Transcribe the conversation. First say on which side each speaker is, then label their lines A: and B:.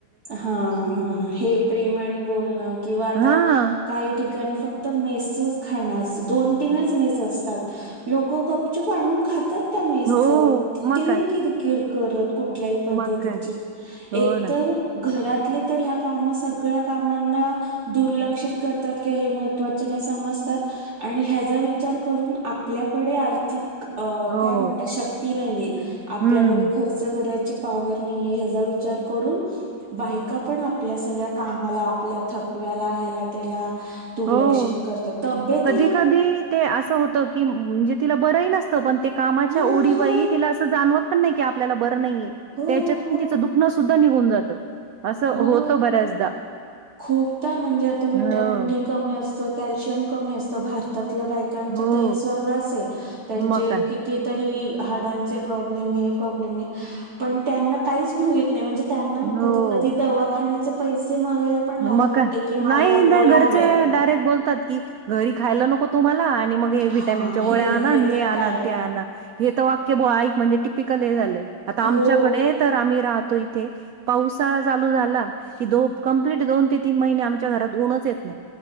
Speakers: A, on the right; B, on the right.
A: हा हा हे प्रेमाणि बोलणं किंवा आता
B: हां.
A: काही ठिक काणी फक्त मेसचच खाणं अस दोन तीनच मेस असतात लोकं गपचूप आणून खातात त्या मेस्च
B: हो
A: तिथे
B: मग काय
A: नी किरकिर करत कुठल्याही पद्धतीची
B: मग काय हो
A: एकतर
B: ना.
A: घरातले तर ह्या काम सगळ्या कामांना दुर्लक्षित करतात किंवा हे महत्त्वाचे नाही समजतात आणि ह्याजा विचार करून आपल्याकडे आर्थिक अ
B: हो,
A: काय म्हणतात
B: हो.
A: शक्ती नाहीये आपल्याकडे
B: हम्म.
A: खर्च कराची पावर नाहीे ह्याचा विचार करून बायका पण आपल्या सगळ्या कामाला आपल्या थकव्याला ह्याला त्याला दुर्लक्षित
B: हो
A: करतात तब्येतीला
B: कधी-कधी ते असं होत की म्हणजे तिला बरं न सतं पण ते कामाचा
A: हा
B: उडी
A: हा
B: बाई तिला असं जाणवत पण नाय की आपल्याला ब रं
A: हो
B: त्याच्यातून
A: हो
B: तिचा दुखणं सुद्धा निघून जातं असं
A: हो
B: होतं बऱ्याचदा.
A: खूपदा म्हणजे आता विटमिन
B: हो,
A: डी कमी अस तं कॅल्शियम कमी असतं भारतात तला बायकांचा
B: हो.
A: तर हे सर्रास आहे त्यांचे
B: मग काय.
A: किती तरी हाडांचे प्रॉब्लेम हे प्रब्लेम हे पण त्यांना काहीच गृहीत नाय म्हणजे त्यांना
B: हो.
A: कधी कधी दवाखानण्याचा पैसे मागायला पण लाज
B: मग
A: वाटते
B: काय
A: की मला
B: नाही
A: या
B: नाही
A: गोळ्या
B: घरचे
A: हव्यात
B: डायरेक्ट बोलतात की घरी खायला नको तुम्हा ला आणि मग हे
A: हा
B: विटामिनचा गोळ्या
A: हे
B: आणा नी
A: तर
B: हे आणान
A: काय
B: ते आणा हे तर वाक्य बो आइ म्हणजे टिपिकल हे झालंय आता आमच्याकडे
A: हो
B: तर आम्ही राहतो इथे पावसाळा चालू झाला की दो कंप्लीट दोन ते तीन महिने आमच्या घरात ऊनच येत नाही.